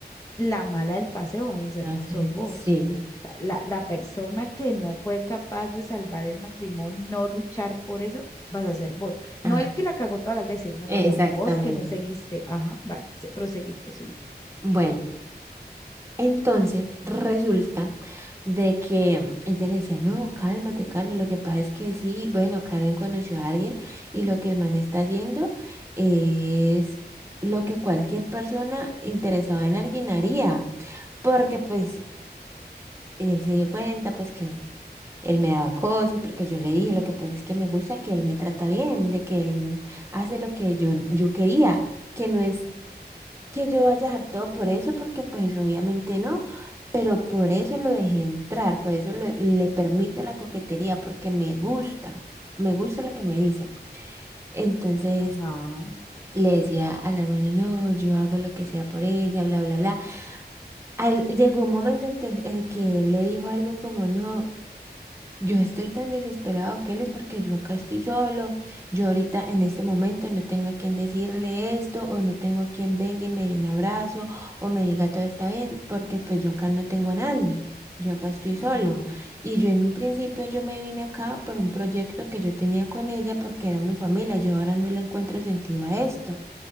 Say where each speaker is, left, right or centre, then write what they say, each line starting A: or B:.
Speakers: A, on the left (about 20°); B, on the right (about 15°).
A: la mala del paseo vas a ser,
B: hace-
A: sos vos.
B: sí.
A: O sea, la, la persona que no fue capaz de salvar el matrimonio, no luchar por eso, vas a ser vos. No
B: Ah,
A: el que la cagó todas las veces, no,
B: exactamente.
A: no, no, vos que no seguiste. Ajá, vale, se- proseguí, proseguí.
B: Bueno, entonces resulta de que ella le decía, no, cálmate, Carlos, lo que pasa es que sí, bueno, Karen conoció a alguien y lo que el man está haciendo es lo que cualquier persona interesada en alguien haría, porque pues él se dio cuenta, pues que él me daba cosas, porque yo le dije, lo que pasa es que me gusta que él me trata bien, de que él hace lo que yo, yo quería, que no es que yo vaya hartado por eso, porque pues obviamente no, pero por eso lo dejé entrar, por eso le, le permito la coquetería, porque me gusta, me gusta lo que me dice. Entonces
A: Ajá.
B: le decía a la hermana, no, yo hago lo que sea por ella, bla, bla, bla. A él- llegó un momento en te- en el que él le dijo algo como, no, yo estoy tan desesperado, Keles, porque yo acá estoy solo. Yo ahorita en este momento no tengo a quien decirle esto, o no tengo a quien venga y me dé un abrazo, o me diga todo está bien, porque pues yo acá no tengo a nadie. Yo acá estoy solo.
A: Ajá,
B: Y yo en un principio yo me vine acá por un proyecto que yo tenía con ella porque era mi familia. Yo ahora no le encuentro sentido a esto